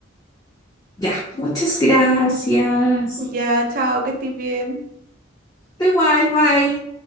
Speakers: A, on the left; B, on the right.
A: Ya, muchas gracias.
B: Ya, chao, que estés bien.
A: Da igual, bye.